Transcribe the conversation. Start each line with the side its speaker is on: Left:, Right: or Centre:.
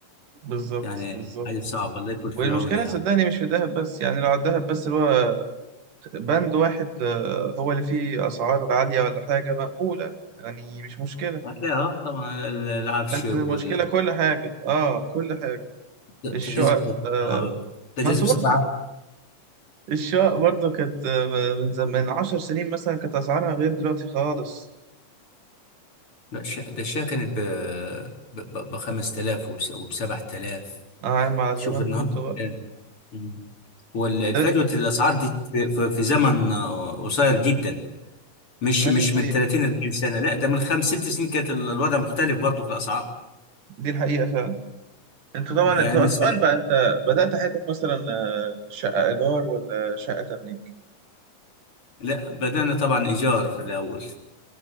Right: بالظبط
Left: يعني
Right: بالظبط
Left: حاجه صعبه الله يكون في
Right: والمشكلة
Left: العون يعني
Right: صدقني مش في الذهب بس يعني لو على الذهب بس اللي هو بند واحد آه، هو اللي فيه أسعار عالية ولا حاجة مقبولة يعني مش مشكلة
Left: هتلاقيها آه، طبعا ال- العفش
Right: لكن
Left: وال
Right: المشكلة كل حاجة اه كل حاجة
Left: التجهيز
Right: الشقق
Left: بص-
Right: آه
Left: آه، التجهيز
Right: ما انت
Left: بصفه
Right: برضو
Left: عامه
Right: الشقق برضو كانت آه، من زم... من عشر سنين مثلا كانت أسعارها غير دلوقتي خالص
Left: لا الش- ده الشاي كانت ب ب 5000 وب 7000
Right: اه يا عم على
Left: شوف
Right: زمان
Left: النهارده
Right: كنت بقى
Left: كام. مم. والفجوه
Right: ده
Left: الاسعار دي في في- في زمن آه، قصير جدا مش
Right: ما
Left: مش
Right: دي الحقيقة
Left: من 30 40 سنه لا ده من خمس ست سنين كانت ال- الوضع مختلف برضه في الاسعار
Right: دي الحقيقة فعلا انت طبعا
Left: يعني
Right: انت
Left: من
Right: سؤال
Left: سنه
Right: بقى انت بدأت حياتك مثلا آه، شقة إيجار ولا شقة تمليك
Left: لا بدانا طبعا ايجار في الاول